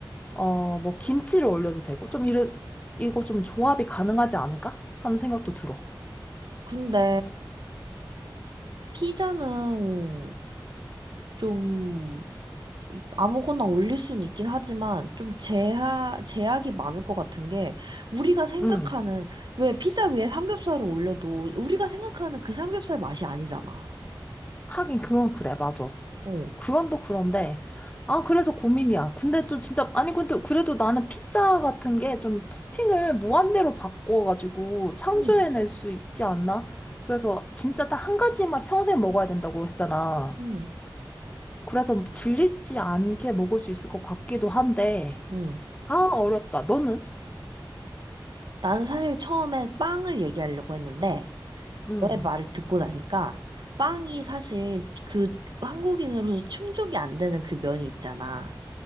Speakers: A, on the left; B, on the right.
A: 어, 뭐 김치를 올려도 되고, 좀 이래, 이거 좀 조합이 가능하지 않을까? 하는 생각도 들어.
B: 근데 피자는 좀 아무거나 올릴 수는 있긴 하지만 좀 제하, 제약이 많을 것 같은 게 우리가 생각하는
A: 음
B: 왜 피자 위에 삼겹살을 올려도 우리가 생각하는 그 삼겹살 맛이 아니잖아.
A: 하긴 그건 그래, 맞아.
B: 어.
A: 그건 또 그런데, 아, 그래서 고민이야. 근데 좀 진짜, 아니, 근데 그래도 나는 피자 같은 게 좀 토핑을 무한대로 바꿔가지고 창조해낼
B: 응,
A: 수 있지 않나? 그래서 진짜 딱 한 가지만 평생 먹어야 된다고 했잖아.
B: 응.
A: 그래서 질리지 않게 먹을 수 있을 것 같기도 한데,
B: 음.
A: 아, 어렵다. 너는?
B: 난 사실 처음에 빵을 얘기하려고 했는데
A: 음,
B: 너의 말을 듣고 나니까 빵이 사실 그 한국인으로서 충족이 안 되는 그 면이 있잖아.